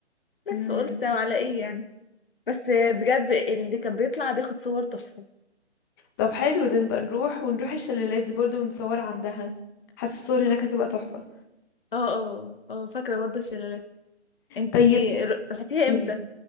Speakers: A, on the left (about 20°); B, on the left (about 50°).
A: مم.
B: بس فقلت وعلى ايه يعني بس بجد اللي كان بيطلع بياخد صور تحفة
A: طب حلو ده نبقى نروح ونروح الشلالات دي برضه ونصور عندها حاسة الصور هناك هتبقى تحفة
B: اه اه اه فاكرة برضه الشلالات انتي
A: طيب
B: ر- رحتيها
A: قولي
B: امتى؟